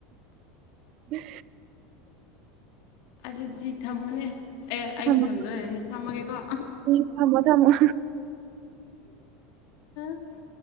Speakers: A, on the right; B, on the left.
A: <inaudible>
B: ꯑꯗꯨꯗꯤ ꯊꯝꯃꯣꯅꯦ ꯑꯦ ꯑꯩꯅ
A: ꯈꯪꯗꯦ
B: ꯊꯝꯗꯣꯏ ꯑꯣꯏꯔꯝꯅꯤ ꯊꯝꯃꯒꯦꯀꯣ
A: ꯊꯝꯃꯣ ꯊꯝꯃꯣ ꯊꯝꯃꯣ
B: <unintelligible>